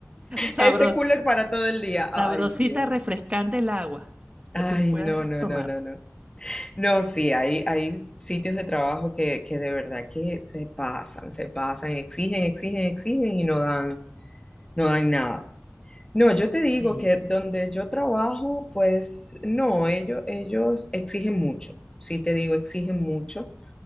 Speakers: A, on the right (about 25°); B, on the left (about 15°).
A: Sabro,
B: Ese cooler para todo el día. Ay,
A: Sabrosita,
B: Dios.
A: refrescante el agua,
B: Ay,
A: la que puedas
B: no, no,
A: tomar.
B: no, no, no. No, sí, hay, hay sitios de trabajo que, que de verdad que se pasan, se pasan, exigen, exigen, exigen y no dan, no dan nada. No, yo te digo
A: Sí,
B: que donde yo trabajo, pues no, ellos, ellos exigen mucho. Sí, te digo, exigen mucho.